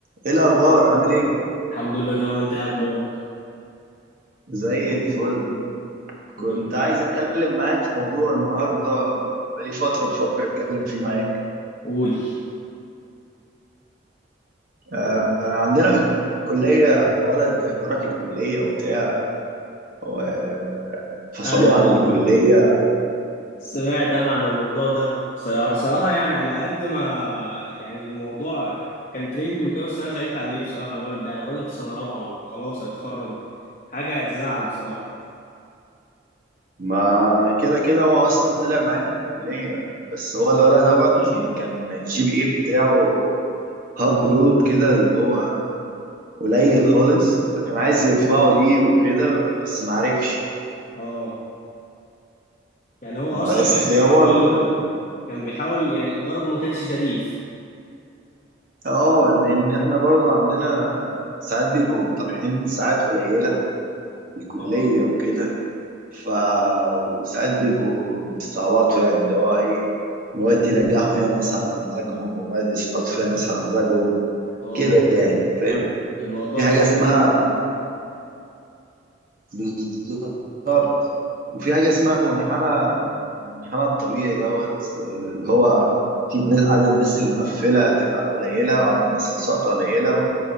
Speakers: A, on the right; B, on the left.
A: ايه الاخبار عامل ايه
B: الحمد لله تمام انت ايه اخبارك
A: زي الفل كنت
B: الحمد لله
A: عايز اتكلم معاك في موضوع النهارده بقالي فتره بفكر اتكلم فيه معاك
B: قول
A: آه عندنا في الكليه ولد ترك الكليه وبتاع وفصلوه
B: ايوه
A: عن الكليه
B: سمعت انا عن الموضوع ده صراحة صراحة يعني على قد ما يعني الموضوع كان ترندي وكده بس انا زعلت عليه بصراحة الولد ده يعني راجل في سنة رابعة وخلاص هيتخرج حاجة تزعل بصراحة
A: ما كده كده هو اصلا طلع معايا في الكليه بس هو الولد دوت
B: والله.
A: كان الجي بي اي بتاعه هاف لود كده اللي هو قليل خالص فكان عايز يرفعه ليه وكده بس معرفش
B: اه يعني هو اصلا
A: بس
B: كان بيحاول
A: هو الولد
B: كان بيحاول يعني غرضه ما كانش شريف
A: اه لان احنا برضو عندنا ساعات بيبقوا طرحين ساعات قليله في الكليه
B: اه
A: وكده ف وساعات بيبقوا بيستعبطوا يعني اللي هو ايه مواد ينجحوا فيها ناس على مزاجهم ومواد يسقطوا فيها ناس على مزاجهم
B: اه
A: كده يعني فاهم
B: الموضوع
A: في
B: فيه
A: حاجه اسمها بالظبط وفي حاجه اسمها منحنى المنحنى الطبيعي دوت آه، اللي هو في ناس- عدد الناس اللي مقفله تبقى قليله وعدد الناس اللي ساقطه قليله